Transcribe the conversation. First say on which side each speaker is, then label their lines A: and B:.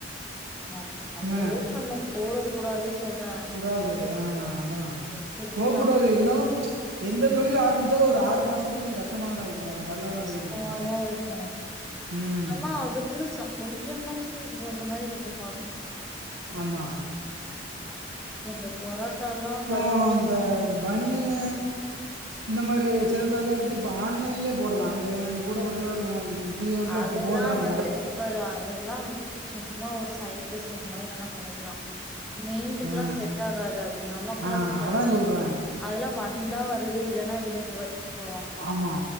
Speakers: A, in the centre; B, on the right (about 75°).
A: நட் அந்த
B: என்ன
A: அளவுக்கு நம்ம போட கூடாது சொல்ற
B: கூடாது அ அதா
A: ஒரு குறிப்பிட்ட
B: போ கூடாது
A: அமௌண்ட்
B: இருந்தாலு எந்த தொழில் ஆரம்பிச்சாலு ஒரு ஆறு மாசத்துக்கு கஷ்டமா தான இருக்கு டல்லா
A: கஷ்டமாதா
B: தா போயிட்டு இருக்கு
A: இருக்கு
B: ம்
A: ஆன அது புதுசா கொஞ்சமாச்சி இது பண்ற மாரி கொஞ்ச பாக்கணு
B: ஆமா
A: ஆமா இந்த பொராட்டால்லா
B: இப்போ
A: கட வச்சி
B: இந்த பனியனு இந்த மாரி செறுப்பைலா எடுத்து இப்ப ஆன்லைன்லே போடலா அந்த ஏ கூட படிச்சா ஒரு பையலா
A: அதெல்லா
B: இப்ப போடுறாம்ப
A: வந்து இங்க பாரு அதெல்லா வந்து சும்மா ஒரு சைட் பிஸ்னஸ் மாரி வேணா பண்ணிக்லா மெயினுக்குலா
B: ஆ
A: செட் ஆகாது அது நமக்குலா
B: ஆ
A: செட்
B: அதா
A: ஆகாது
B: சொல்றே
A: அதெல்லா வந்தா வருது இல்லன்னா விடுன் விட்டுட்டு போவாங்க
B: ஆமா